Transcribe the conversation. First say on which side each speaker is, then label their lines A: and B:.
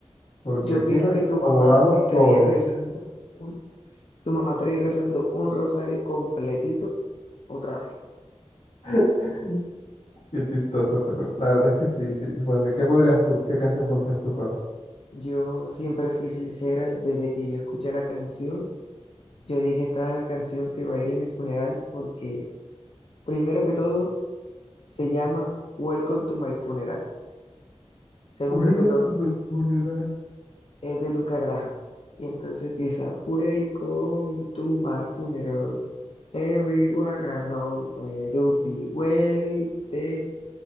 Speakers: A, on the left; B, on the left.
A: porque
B: Yo
A: aquí
B: opino
A: nos
B: que
A: incomodamos
B: tu mamá estaría
A: todos.
B: rezando un, tu mamá estaría rezando un rosario completito otra vez.
A: <laughs> Qué chistoso, pero la verdad es que sí, sí. pondría- ¿Qué pondrías tú? ¿Qué canción pondrías tú para ver?
B: Yo siempre fui sincera desde que yo escuché la canción. Yo dije, esta es la canción que va a ir en mi funeral porque, primero que todo, se llama Welcome to my funeral. Segundo
A: Welcome
B: que todo,
A: to my funeral.
B: es de Luca Graham. Y entonces empieza, Welcome to my funeral. Everyone I know will be waiting.